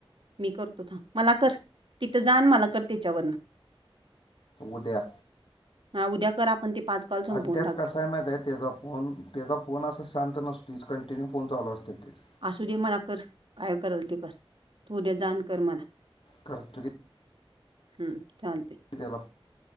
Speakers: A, on the right; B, on the left.
A: मी करतो थांब मला कर तिथं जान अन मला कर त्याच्यावर.
B: उद्या
A: हा उद्या कर आपण ते पाच कॉल संपवून
B: अन त्यात
A: टाकूया
B: कसय माहित्या आहे तेचा फोन त्याचा फोन असं शांत नसतोच कंटिन्यू फोन चालू असत्यात त्याचे.
A: असू दे मला कर काय करल ते कर तू उद्या जा अन कर मला
B: करतो की
A: हम्म चालते.
B: देला